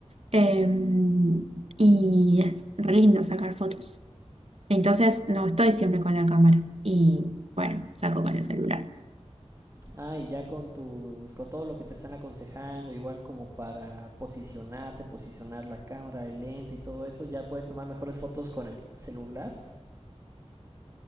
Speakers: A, on the right; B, on the right.
A: em, y es re lindo sacar fotos. Entonces no estoy siempre con la cámara y bueno, saco con el celular.
B: Ah, y ya con tus, con todo lo que te están aconsejando, igual como para posicionarte, posicionar la cámara, el lente y todo eso, ya puedes tomar mejores fotos con el celular.